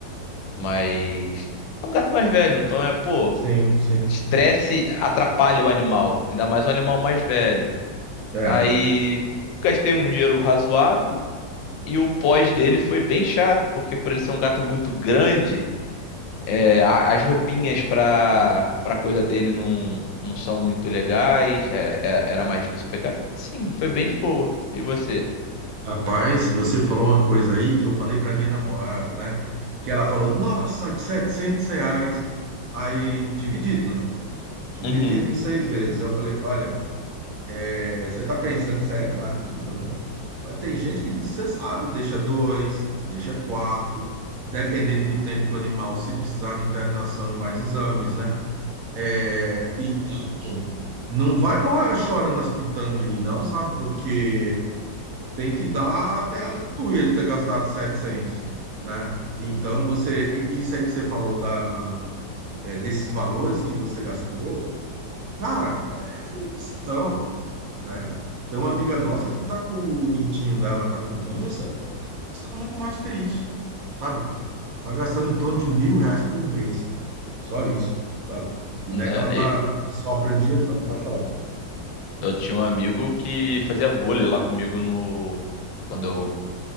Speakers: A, on the left; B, on the right.
A: mais... É um gato mais velho, então é, pô,
B: Sim, sim.
A: estresse atrapalha o animal, ainda mais um animal mais velho.
B: É.
A: Aí gastei um dinheiro razoável e o pós dele foi bem chato, porque por ele ser um gato muito grande. É, a- as roupinhas pra, pra coisa dele não, não são muito legais. é- é- era mais difícil pegar, mas sim, foi bem de boa. E você?
B: Rapaz, você falou uma coisa aí que eu falei para minha namorada, né? Que ela falou, nossa, 700 reais. Aí, dividido, né? Dividido
A: Uhum.
B: em seis vezes. Eu falei, olha, é, você tá pensando que isso aí é caro, é caro, né? Mas tem gente que, você sabe, deixa dois, deixa quatro, dependendo do tempo que o animal, se precisar de internação e mais exames, né? É, então, não vai mo- chorando as pitangas aí, não, sabe? Porque tem que dar até aleluia de ter gastado 700, né? Então, você, e- isso aí que você falou da, é, desses valores que você gastou, cara, é imensidão, né? Tem uma amiga nossa que tá com o gatinho dela, tá com câncer, gastando muito mais que isso, sabe? Tá gastando em torno de mil reais por mês, só isso, sabe? E
A: Né?
B: não é que ela
A: e
B: tá sobrando dinheiro, não, pode falar.
A: Eu tinha um amigo que fazia vôlei lá comigo no. Quando eu.